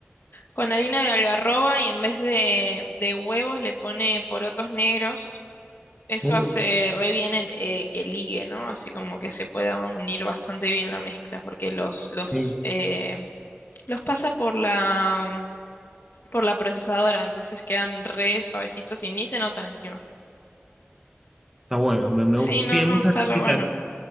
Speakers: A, on the left; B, in the centre.
A: con harina de algarroba y en vez de, de huevos le pone porotos negros. Eso
B: Uh,
A: hace re bien el, eh, que ligue, ¿no? Así como que se pueda unir bastante bien la mezcla porque los, los,
B: sí,
A: eh, los pasa por la, por la procesadora, entonces quedan re suavecitos y ni se notan encima.
B: está bueno, me, me
A: Sí,
B: gusta.
A: no,
B: Sí, hay
A: no,
B: muchas
A: está
B: recetas
A: re bueno.